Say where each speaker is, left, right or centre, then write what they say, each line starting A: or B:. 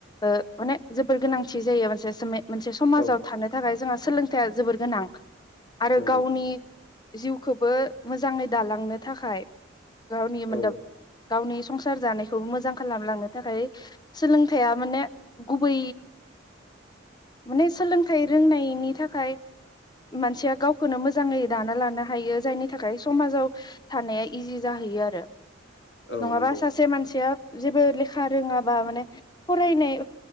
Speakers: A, on the left; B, on the left.
A: माने जोबोर गोनांथि जायो मोनसे मोनसे समाजाव
B: औ
A: थानो थाखाय जोंहा सोलोंथायाइा जोबोर गोनां। आरो
B: नंगौ
A: गावनि जिउखौबो मोजाङै दालांनो थाखाय गावनि मोन्दां
B: औ
A: गावनि संसार जानायखौबो मोजां खालामलांनो थाखाय सोलोंथाइया माने गुबै माने सोलोंथाइ रोंनायनि थाखाय मानसिया गावखौनो मोजाङै दाना लानो हायो जायनि थाखाय समाजाव थानाया इजि जाहैयो आरो नङाबा
B: औ नंगौ
A: सासे मानसिया जेबो लेखा रोङाबा माने फरायनाय